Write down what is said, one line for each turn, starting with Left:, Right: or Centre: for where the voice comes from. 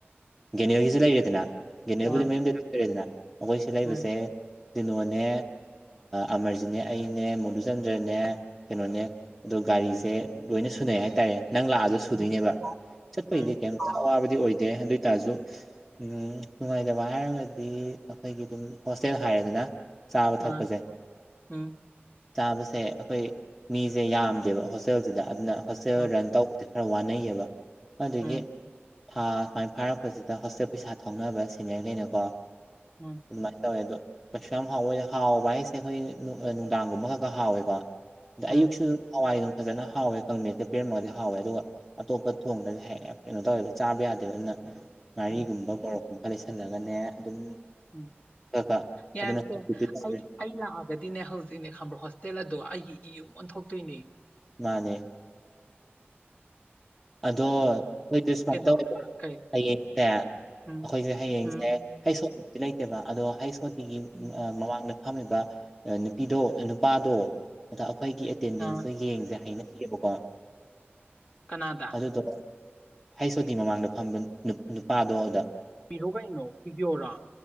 Centre: ꯒꯦꯅꯤꯌꯣꯒꯤꯁꯨ ꯂꯩꯔꯦꯗꯅ ꯒꯦꯅꯤꯌꯣꯕꯨꯗꯤ
Left: ꯑꯥ
Centre: ꯃꯌꯨꯝꯗ ꯂꯩꯇꯔꯦꯗꯅ ꯑꯩꯈꯣꯏ ꯁꯤ ꯂꯩꯕꯁꯦ
Left: ꯎꯝ
Centre: ꯀꯅꯣꯅꯦ ꯑꯃꯔꯖꯤꯅꯦ ꯑꯩꯅꯦ ꯃꯣꯗꯨꯆꯟꯗ꯭ꯔꯅꯦ ꯀꯩꯅꯣꯅꯦ ꯑꯗꯣ ꯒꯥꯔꯤꯁꯦ ꯂꯣꯏꯅ ꯁꯨꯅꯩ ꯍꯥꯏꯇꯥꯔꯦ ꯅꯪ ꯂꯥꯛꯑꯒꯁꯨ ꯁꯨꯗꯣꯏꯅꯦꯕ
Left: ꯎꯝ
Centre: ꯆꯠꯄꯩꯗꯤ
Left: ꯎꯝ
Centre: ꯀꯩꯝ ꯑꯋꯥꯕ ꯗꯤ ꯑꯣꯏꯗꯦ ꯑꯗꯨ ꯑꯣꯏꯇꯥꯔꯁꯨ ꯎꯝ ꯅꯨꯡꯉꯥꯏꯇꯕ ꯍꯥꯏꯔꯒꯗꯤ ꯑꯩꯈꯣꯏꯒꯤ ꯑꯗꯨꯝ ꯍꯣꯁꯇꯦꯜ ꯍꯥꯏꯔꯦꯗꯅ ꯆꯥꯕ ꯊꯛꯄꯁꯦ
Left: ꯑꯥ ꯎꯝ
Centre: ꯆꯥꯕꯁꯦ ꯁꯦ ꯑꯩꯈꯣꯏ ꯃꯤꯁꯦ ꯌꯥꯝꯗꯦꯕ ꯍꯣꯁꯇꯦꯜꯁꯤꯗ ꯑꯗꯨꯅ ꯍꯣꯁꯇꯦꯜ
Left: ꯑꯥ
Centre: ꯔꯟ ꯇꯧꯦ ꯈꯔ ꯋꯥꯅꯩꯌꯦꯕ ꯑꯗꯨꯒꯤ
Left: ꯎꯝ
Centre: ꯊꯥ ꯁꯨꯃꯥꯏꯅ ꯐꯥꯔꯛꯄꯁꯤꯗ ꯍꯣꯁꯇꯦꯜ ꯄꯩꯁꯥ ꯊꯧꯅꯕ ꯁꯤꯦꯅꯤꯌꯔ ꯂꯩꯩꯅꯀꯣ
Left: ꯎꯝ
Centre: ꯃꯥꯏ ꯇꯕꯣ ꯀꯩꯁꯨ ꯌꯥꯝ ꯍꯥꯎꯋꯦ ꯑꯗ ꯍꯥꯎꯕ ꯍꯥꯏꯁꯦ ꯑꯩꯈꯣꯏ ꯅꯨꯡꯗꯥꯡꯒꯨꯝꯕ ꯈꯛꯀ ꯍꯥꯎꯋꯦꯀꯣ ꯑꯗ
Left: ꯎꯝ
Centre: ꯑꯌꯨꯛꯁꯨ ꯑꯗꯨꯝ ꯍꯋꯥꯏ ꯑꯗꯨꯝ ꯐꯖꯅ ꯍꯥꯎꯋꯦ ꯀꯥꯡꯕꯦꯀ ꯄꯦꯔꯝꯃꯒꯗꯤ ꯍꯥꯎꯋꯦ ꯑꯗꯨꯒ ꯑꯇꯣꯞꯄ ꯊꯣꯡꯗ ꯀꯩꯅꯣ ꯇꯧꯋꯦꯕ ꯆꯥꯕ ꯌꯥꯗꯦꯕ ꯑꯗꯨꯅ ꯉꯥꯔꯤꯒꯨꯝꯕ
Left: ꯎꯝ
Centre: ꯃꯣꯔꯣꯛꯀꯨꯝꯕ ꯂꯩꯁꯜꯂꯒꯅꯦ ꯑꯗꯨꯝ
Left: ꯎꯝ
Centre: ꯈꯔ ꯈꯔ
Left: ꯌꯥꯔꯁꯦ
Centre: ꯑꯗꯨꯅ ꯁꯞꯇꯤꯇ꯭ꯌꯨꯠ ꯇꯧꯔꯦ
Left: ꯑꯩ ꯑꯩ ꯂꯥꯛꯑꯒꯗꯤꯅꯦ ꯍꯧꯖꯤꯛꯅꯦ ꯈꯝꯕ꯭ꯔꯣ ꯍꯣꯁꯇꯦꯜ ꯑꯗꯣ ꯑꯩꯒꯤ ꯏꯌꯨꯝ ꯑꯣꯟꯊꯣꯛꯇꯣꯏꯅꯦ
Centre: ꯃꯥꯅꯦ ꯑꯗꯣ ꯑꯩꯈꯣꯏꯗꯤ ꯁꯨꯃꯥꯏꯅ
Left: ꯀꯩꯅꯣ
Centre: ꯇꯧ꯭ꯔꯥ
Left: ꯀꯩ
Centre: ꯍꯌꯦꯡꯁꯦ ꯑꯩꯈꯣꯏꯁꯦ
Left: ꯎꯝ
Centre: ꯍꯌꯦꯡꯁꯦ
Left: ꯎꯝ
Centre: ꯍꯩ ꯁꯣꯠꯇꯕꯨꯗꯤ ꯂꯩꯇꯦꯕ ꯑꯗꯣ ꯍꯩ ꯁꯣꯇꯤꯒꯤ
Left: ꯎꯝ
Centre: ꯃꯃꯥꯡꯗ ꯐꯝꯃꯤꯕ ꯅꯨꯄꯤꯗꯣ ꯅꯨꯄꯥꯗꯣ ꯑꯗ ꯑꯩꯈꯣꯏꯒꯤ ꯑꯦꯇꯦꯟꯗꯦꯟꯁꯇꯣ
Left: ꯑꯥ
Centre: ꯌꯦꯡꯁꯦ ꯍꯥꯏꯅ ꯌꯦꯀ
Left: ꯀꯅꯥꯗ
Centre: ꯑꯗꯨꯗꯣ ꯍꯩꯁꯣꯇꯤ ꯃꯃꯥꯡꯗ ꯐꯝꯕ ꯅꯨꯄꯥꯗꯣꯗ
Left: ꯄꯤꯔꯣ ꯀꯩꯅꯣ ꯄꯤꯕꯤꯌꯣꯔꯥ